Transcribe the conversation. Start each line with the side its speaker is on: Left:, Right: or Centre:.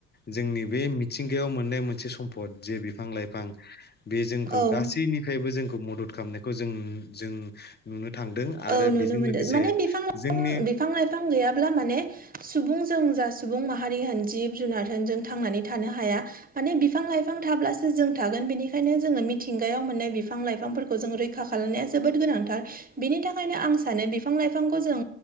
Left: जोंनि बे मिथिंगायाव मोननाय मोनसे सम्पद जे बिफां लाइफां बे जोंखौ
Right: औ
Left: गासैनिफ्रायबो जोंखौ मदद खालामनायखौ जों जों नुनो थांदों आरो
Right: औ नुनो
Left: बेजों
Right: मोनदों
Left: लोगोसे
Right: माने बिफां लाइफां
Left: जोंनि
Right: बिफां लाइफां गैयाब्ला माने सुबुं जों जा सुबुं माहारि होन जिब जुनारजों थांनानै थानो हाया। माने बिफां लाइफां थाब्लासो जों थागोन। बेनिखायनो जोङो मिथिंगायाव मोननाय बिफां लाइफांफोरखौ जों रैखा खालामनाया जोबोद गोनांथार। बिनि थाखायनो आं सानो बिफां लाइफांखौ जों